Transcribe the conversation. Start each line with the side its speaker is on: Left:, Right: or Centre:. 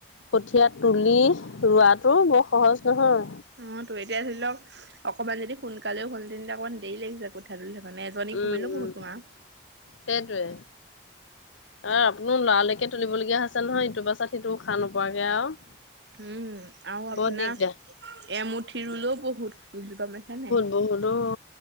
Left: কঠীয়া তুলি ৰোৱাটো বৰ সহজ নহয়।
Right: উম, তো এতিয়া ধৰি লওক অকণমান যদি সোনকালেও হ'ল হেতেন অকমান দেৰি লাগিছে কঠিয়া- মানে এজনী
Left: উম
Right: কমিলো
Left: উম।
Right: বহুত কমা আৰু।
Left: সেইটোৱে- অ আপোনাৰ লৰালৰিকে তুলিবলগীয়া হৈছে নহয় ইটো পাছত সিটো উশাহ নোপোৱাকে আৰু।
Right: উম আৰু আপোনাৰ
Left: বৰ দিগদাৰ
Right: এমুঠি ৰুলেও বহুত গম পাইছা নাই।
Left: অঁ গলোঁ।